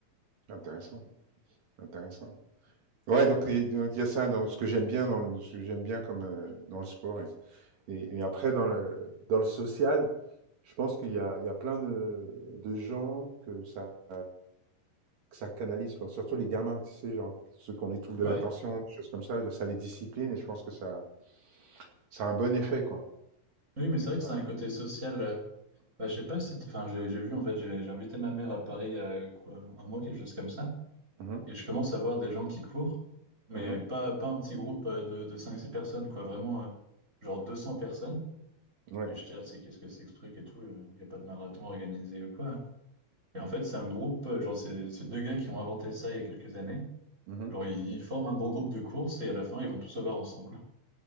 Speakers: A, on the right (about 65°); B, on the right (about 20°).
A: Intéressant, intéressant. Ouais, donc
B: Ouais.
A: et- donc, il y a ça dans ce que j'aime bien dans le, ce que j'aime bien comme euh, dans le sport et, et- et après dans le dans le social, je pense qu'il y a il y a plein de, de gens que ça que ça canalise quoi. Surtout les gamins, tu sais, genre ceux qui ont les troubles de
B: Ouais.
A: l'attention, des choses comme ça, ça les discipline et je pense que ça ça a un bon effet quoi.
B: Oui, mais c'est
A: Ça-
B: vrai que c'est un côté social. euh, bah, je sais pas si, t'- enfin, j'ai j'ai vu, en fait, j'ai j'ai invité ma mère à Paris il y a, quoi, un mois, quelque chose comme ça.
A: Mhm,
B: Et je commence à voir des gens qui courent, mais
A: mhm,
B: pas, pas un petit groupe euh, de, de cinq six personnes, quoi, vraiment euh, genre 200 personnes.
A: ouais.
B: Et je dis, ah, c'est qu'est-ce que c'est que ce truc et tout, il n'y a pas de marathon organisé ou quoi. Et en fait, c'est un groupe, euh, genre, c'est c'est deux gars qui ont inventé ça il y a quelques années.
A: mhm.
B: Genre, ils, ils forment un gros groupe de course et à la fin, ils vont tous au bar ensemble.